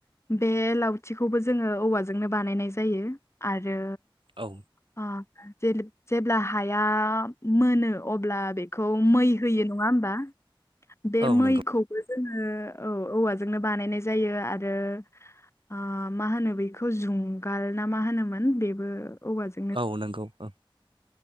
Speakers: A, on the left; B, on the right.
A: बे लावथिखौबो जोङो औवाजोंनो बानायनाय जायो आरो
B: औ
A: अ जेब्ला हाया मोनो अब्ला खौ मै होयो नङा होमबा। बे
B: औ
A: मैखौबो
B: नंगौ
A: जोङो औ औवाजोंनो बानायनाय जायो आरो ओ मा होनो बेखौ जुंगाल ना मा होनोमोन बेबो औवाजों
B: औ नंगौ औ।